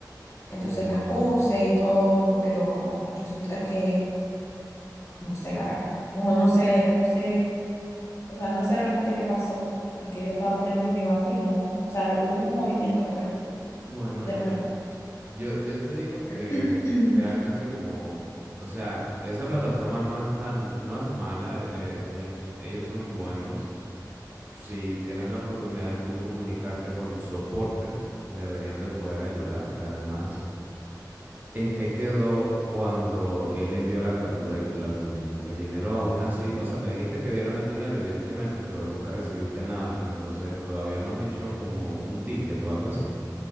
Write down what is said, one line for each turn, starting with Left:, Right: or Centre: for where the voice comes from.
Left: Entonces
Right: Ya,
Left: las puse y todo, pero no, resulta que no sé la verdad. No, no sé, no sé, o sea, no sé realmente qué pasó, porque yo estaba poniendo en mi banco y no, o sea, los últimos movimientos, pues.
Right: bueno,
Left: de la plataforma.
Right: yo, yo te digo que
Left: <clears throat>
Right: realmente como, o sea, esa plataforma no es tan, no es mala, eh, eh, es, ellos son buenos. Si tienes la oportunidad de tú comunicarte con soporte, deberían de poder ayudarte. Además. ¿En qué quedó cuando él envió la captura y tú la tuya? El dinero aún así, o sea, me dijiste que dieron el dinero, evidentemente, pero nunca recibiste nada, entonces todavía no has hecho como un ticket o algo así.